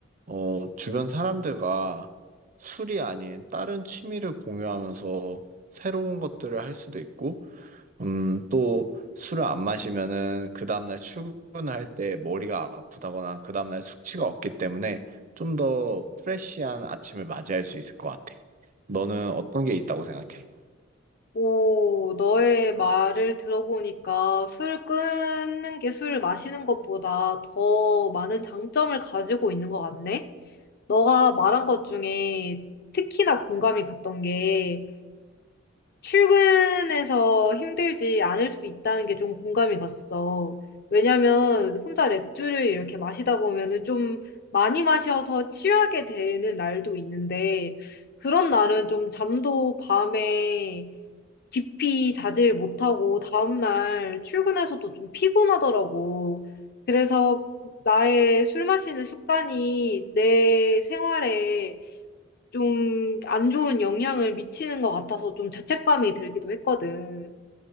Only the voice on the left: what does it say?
오, 너의 말을 들어보니까 술 끊는 게 술을 마시는 것보다 더 많은 장점을 가지고 있는 것 같네? 너가 말한 것 중에 특히나 공감이 갔던 게 출근해서 힘들지 않을 수 있다는 게 좀 공감이 갔어. 왜냐면 혼자 맥주를 이렇게 마시다 보면은 좀 많이 마셔서 취하게 되는 날도 있는데 그런 날은 좀 잠도 밤에 깊이 자질 못하고 다음날 출근해서도 좀 피곤하더라고. 그래서 나의 술 마시는 습관이 내 생활에 좀 안 좋은 영향을 미치는 것 같아서 좀 죄책감이 들기도 했거든.